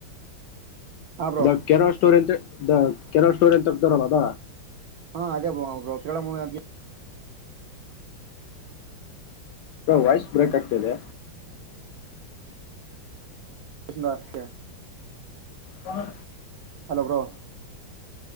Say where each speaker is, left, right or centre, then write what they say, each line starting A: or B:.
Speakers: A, on the right (about 75°); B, on the left (about 75°).
A: ಹಾ ಬ್ರೋ
B: ದ ಕೇರಳ ಸ್ಟೋರ್ ಎಂತ ದ ಕೇರಳ ಸ್ಟೋರ್ ಎಂತ ಹರ್ತಾರಲ್ಲ ಅದ
A: ಹಾ ಅದೇ bro Kerala movie
B: voice break ಆಗ್ತಿದೆ
A: ಇಷನಾಕ್ಕೆ
B: ಹಣ
A: ಹಲೋ ಬ್ರೋ